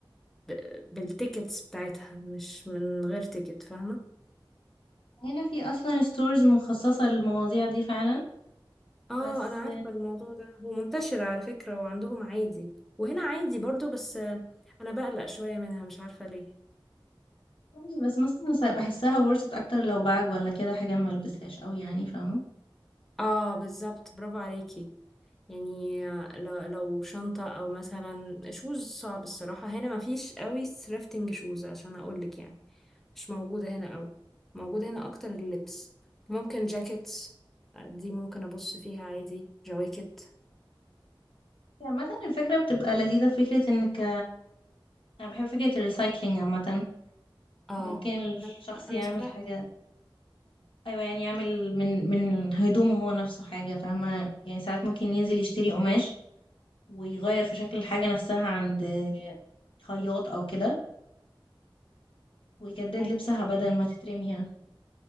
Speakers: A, in the centre; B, on the left.
A: ب- بالتيكتس بتاعتها مش من غير تيكت فاهمة
B: هنا في اصلا ستورز مخصصة للمواضيع دي فعلا
A: اه
B: بس
A: انا عارفة الموضوع ده هو منتشر على فكرة وعندهم عادي وهنا عادي برضو بس آه، انا بقلق شوية منها مش عارفة ليه
B: آه، بس مثلا س- بحسها ورثت اكتر لو باج ولا كده حاجة ما البسهاش قوي يعني فاهمة
A: اه بالظبط برافو عليكي يعني آه، لو لو شنطة او مثلا شوز صعب الصراحة هنا مفيش قوي سرافتنج شوز عشان اقولك يعني مش موجودة هنا قوي موجودة هنا اكتر اللبس ممكن جاكيتس آه، دي ممكن ابص فيها عادي جواكت
B: يعني مثلا الفكرة بتبقى لذيذة فكرة انك انا بحب فكرة الريسايكلينج عامة
A: اه
B: ممكن الشخص
A: لا، انا
B: يعمل
A: شايفاها
B: حاجة
A: حلوه
B: ايوه يعني يعمل من من هدومه هو نفسه حاجة فاهمة يعني ساعات ممكن ينزل يشتري قماش ويغير في شكل الحاجة نفسها عند خياط او كده ويجدد
A: ايوه
B: لبسها
A: فاهمك
B: بدل ما تترمي يعني